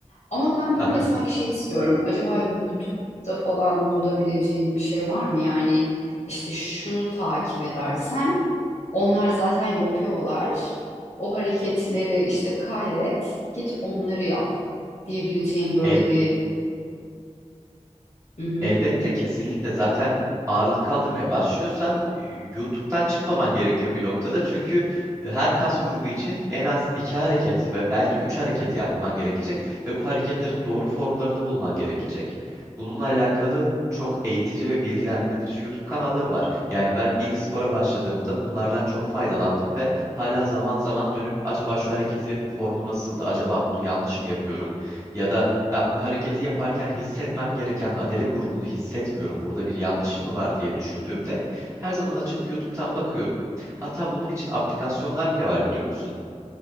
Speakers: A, on the left; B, on the right.
A: Ama ben
B: Haha.
A: böyle sanki şey istiyorum. Acaba YouTube'da falan bulabileceğim bir şey var mı? Yani işte şunu takip edersen onlar zaten yapıyorlar. O hareketleri işte kaydet, git onları yap diyebileceğin böyle
B: El,
A: bir... Hı hı,
B: Elbette kesinlikle zaten ağırlık kaldırmaya başlıyorsan e, YouTube'dan çıkmaman gerekiyor bir noktada. Çünkü e, her kas grubu için en az iki hareket ve belki üç hareket yapman gerekecek ve bu hareketlerin doğru formlarını bulman gerekecek. Bununla alakalı çok eğitici ve bilgilendirici YouTube kanalları var. Yani ben ilk spora başladığımda bunlardan çok faydalandım ve hala zaman zaman dönüp acaba şu hareketin formu nasıldı? Acaba bunu yanlış mı yapıyorum? Ya da ben bu hareketi yaparken hissetmem gereken Adele grubunu hissetmiyorum. Burada bir yanlışım mı var diye düşündüğümde her zaman açıp YouTube'dan bakıyorum. Hatta bunun için aplikasyonlar bile var biliyor musun?